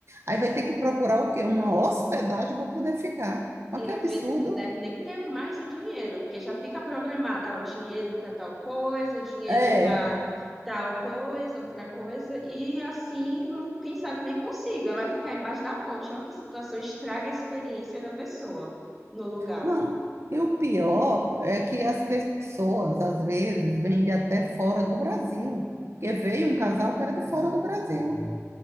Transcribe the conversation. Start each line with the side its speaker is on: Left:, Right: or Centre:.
Right: Aí vai ter que procurar o quê? Uma hospedagem para poder ficar. Mas
Centre: E
Right: que
Centre: às
Right: absurdo.
Centre: vezes não deve nem ter mais o dinheiro, porque já fica programado, ah, o dinheiro para tal coisa, dinheiro
Right: É,
Centre: para tal coisa, outra coisa, e assim, não- quem sabe nem consiga, vai ficar embaixo da ponte. Olha que situação, estraga a experiência da pessoa no lugar.
Right: não. E o pior é que as pessoas, às vezes, vêm de até fora do Brasil. Porque veio um casal que era de fora do Brasil.